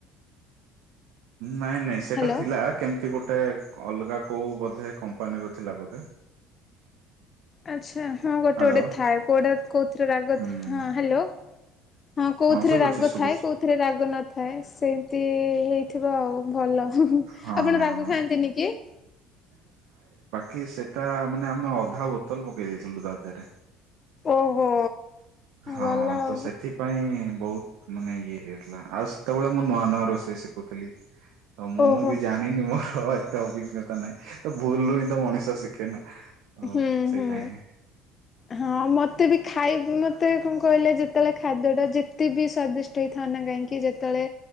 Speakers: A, on the right; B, on the left.
A: ନାଇଁ ନାଇଁ ସେଇଟା
B: ହ୍ୟାଲୋ
A: ଥିଲା କେମିତି ଗୋଟେ ଅଲଗା କୋଉ ବୋଧେ କମ୍ପାନୀର ଥିଲା ବୋଧେ।
B: ଆଛା ହଁ ଗୋଟେ
A: ହ୍ୟାଲୋ
B: ଗୋଟେ ଥାଏ କୋଉଟା କୋଉଥିରେ ରାଗ
A: ହୁଁ
B: ହଁ ହ୍ୟାଲୋ। ହଁ କୋଉଥିରେ
A: ଶୁଭୁଛି
B: ରାଗ
A: ଶୁଭୁଛି
B: ଥାଏ କୋଉଥିରେ ରାଗ ନଥାଏ ସେମିତି ହେଇଥିବ ଆଉ। ଭଲ ହୁଁ -ହୁଁ
A: ହଁ
B: ଆପଣ ରାଗ ଖାଆନ୍ତିନି କି?
A: କି ସେଟା ମାନେ ଆମେ ଅଧା ବୋତଲ ପକେଇ ଦେଇଥିଲୁ ତା ଧେରେ।
B: ଓହୋ।
A: ହଁ
B: ଭଲ
A: ତ
B: ଆଉ।
A: ସେଥିପାଇଁ ବହୁତ ମାନେ ଇଏ ହେଇ ଯାଇଥିଲା। ଆଉ ସେତେବେଳେ ମୁଁ ନୂଆ ନୂଆ ରୋଷେଇ ଶିଖୁଥିଲି ତ ମୁଁ
B: ଓହୋ।
A: ବି ଜାଣିନି ମୋର ଏ ଏତେ ଅଭିଜ୍ଞତା ନାହିଁ ତ ଭୁଲରୁ ହିଁ ତ ମଣିଷ ଶିଖେ ନା। ହଁ
B: ହୁଁ
A: ସେଇଟା
B: ହୁଁ
A: ହିଁ
B: ହଁ ମତ ମତେ ବି ଖାଇବି ମୋତେ କଁ କହିଲେ ଯେତେବେଳେ ଖାଦ୍ୟଟା ଯେତେ ବି ସ୍ଵାଦିଷ୍ଟ ହେଇଥାନ୍ ନା କାହିଁକି ଯେତେବେଳେ।